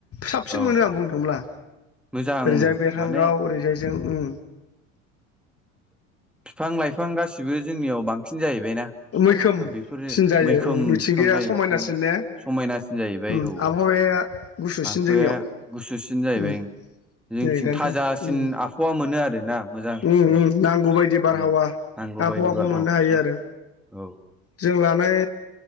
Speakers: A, on the left; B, in the centre.
A: साबसिन
B: औ
A: मोनो आं बुंनो थांब्ला
B: मोजां
A: ओरैजाय बेरहांगाव
B: माने
A: ओरैजाय जों उम
B: बिफां लाइफां गासिबो जोंनियाव बांसिन जाहैबायना
A: मैखोमसिन
B: बेफोरो
A: जायो
B: मैखोम
A: उम मिथिंगाया
B: बिफां लाइफां
A: समायनासिन ने
B: समायनासिन जाहैबाय
A: उम
B: औ
A: आबहावाया गुसुसिन
B: आबहावाया
A: जोंनियाव
B: गुसुसिन जाहैबाय
A: उम
B: जोंथिं
A: नै दानोथ'
B: थाजासिन
A: उम
B: आबहावा मोनो आरोना मोजांसिन।
A: उम उम नांगौ बायदि बारहावा
B: उम नांगौ
A: आबहावाखौ
B: बायदि बारहावा
A: मोननो हायो
B: मोनो
A: आरो
B: औ
A: जों लानाय